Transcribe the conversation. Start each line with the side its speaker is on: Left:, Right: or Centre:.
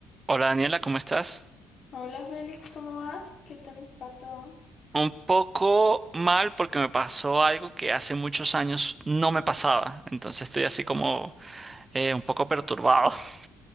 Right: Hola Daniela, ¿cómo estás?
Left: Hola Félix, ¿cómo vas? ¿Qué tal va todo?
Right: Un poco mal porque me pasó algo que hace muchos años no me pasaba, entonces estoy así como eh, un poco perturbado. <laughs>